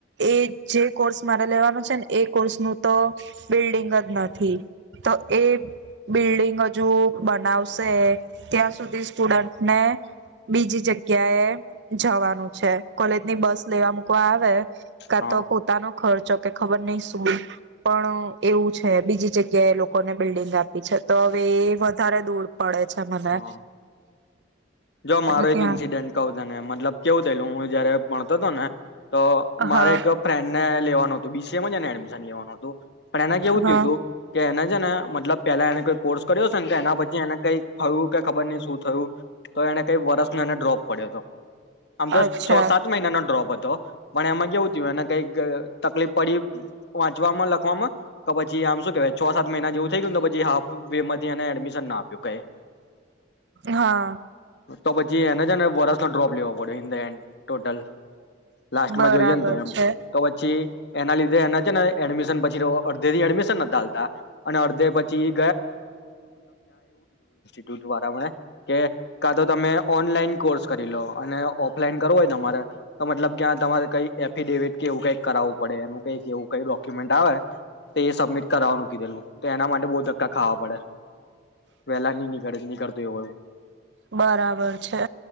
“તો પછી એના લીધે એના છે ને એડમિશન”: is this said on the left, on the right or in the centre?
Left